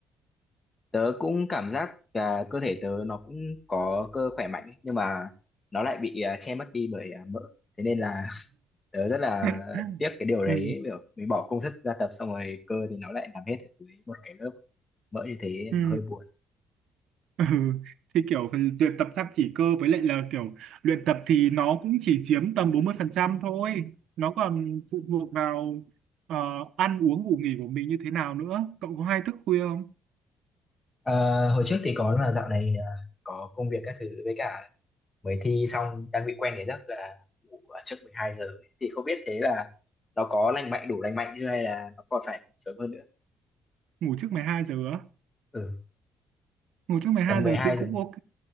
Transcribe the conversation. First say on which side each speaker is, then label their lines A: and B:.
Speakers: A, on the left; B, on the right.
A: tớ cũng cảm giác là cơ thể tớ nó cũng có cơ khỏe mạnh ấy, nhưng mà nó lại bị à, che mất đi bởi à, mỡ thế nên là <laughs> tớ rất là
B: <laughs>
A: tiếc cái điều đấy
B: Ừ.
A: kiểu mình bỏ công sức ra tập xong rồi cơ thì nó lại nằm hết ở dưới một cái lớp mỡ như thế
B: Ừ.
A: nó hơi buồn
B: <laughs> Ừ, thì kiểu phần luyện tập chăm chỉ cơ với lại là kiểu luyện tập thì nó cũng chỉ chiếm tầm 40% thôi nó còn phụ thuộc vào ờ, ăn uống ngủ nghỉ của mình như thế nào nữa cậu có hay thức khuya không
A: Ờ, hồi trước thì có là dạo này à, có công việc các thứ với cả mới thi xong đang bị quen cái giấc là ngủ ở trước 12 giờ ấy. thì không biết thế là nó có lành mạnh đủ lành mạnh chưa hay là nó còn phải sớm hơn nữa
B: ngủ trước 12 giờ á
A: ừ
B: ngủ trước mười hai
A: tầm 12
B: giờ thì cũng
A: giờ
B: ok